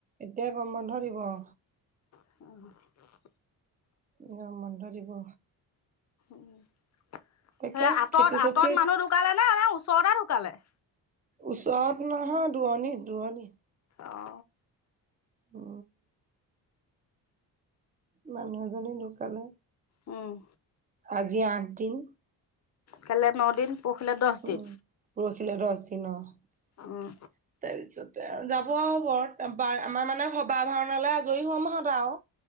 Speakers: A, on the right (about 20°); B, on the left (about 35°).
A: এতিয়া গৰম বন্ধ দিব অ।
B: <unintelligible>
A: গৰম বন্ধ দিব।
B: এ,
A: তাকে
B: আঁতৰত-আঁতৰত
A: খেতি চেতিত
B: মানুহ ঢুকালে নে ওচৰতে ঢুকালে?
A: ওচৰত নহয়, দুৰনি-দুৰনি।
B: অ।
A: অ। মানুহ এজনী ঢুকালে।
B: উম।
A: আজি আঠ দিন।
B: কাইলৈ ন দিন। পৰহিলে দহ দিন
A: উম, পৰহিলে দহ দিন অ। তাৰ
B: উম
A: পিছতেই আৰু যাব আৰু ব্ৰত <unintelligible> আমাৰ মানে ভাওনালৈ আজৰি হম হত আৰু।